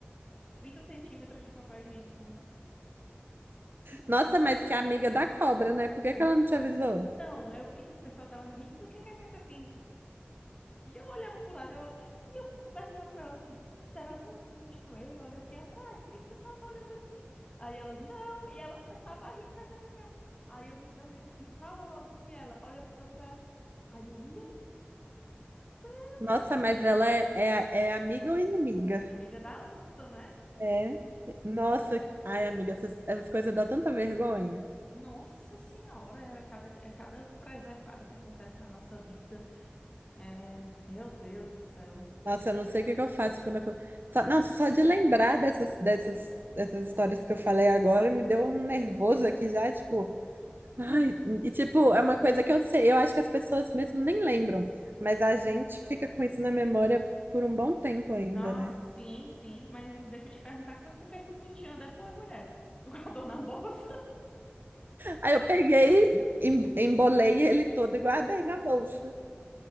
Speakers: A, on the left; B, on the right.
A: 30 centímetros de papel higiênico no meu. E s-
B: Nossa, mas que é amiga da cobra, né? Por que
A: n-
B: que ela não te avisou?
A: então, eu vi que o pessoal tava rindo, que, que, que, que, assim, E eu olhava pro lado, eu, e eu perguntava pra ela assim, será só se eu menstruei? Olha aqui atrás, por que que o pessoal tá olhando aqui? Aí ela, não, e ela começava a rir, kkkk. Aí eu me zanguei disse assim, fala logo que ela, olha pro teu pé. Aí eu, meu Deus, do céu,
B: Nossa, mas ela é, é, é amiga ou inimiga?
A: amiga da onça, né?
B: É. Nossa, ai, amiga, essas, essas coisas dão tanta vergonha.
A: Nossa senhora, era cada, é cada presepada que acontece na nossa vida. É, meu Deus do céu.
B: Nossa, eu não sei o que que eu faço quando eu... Só, não, só de lembrar dessas, dessas, dessas histórias que eu falei agora me deu um nervoso aqui já, tipo... Ai, e tipo, é uma coisa que eu sei, eu acho que as pessoas mesmo nem lembram, mas a gente fica com isso na memória por um bom tempo ainda,
A: Nossa,
B: né?
A: sim, sim, mas deixa eu te perguntar, o que foi que tu fez com o sutiã depois, mulher? Tu guardou na bolsa? <laughs>
B: Aí eu peguei, em- embolei ele todo e guardei na bolsa.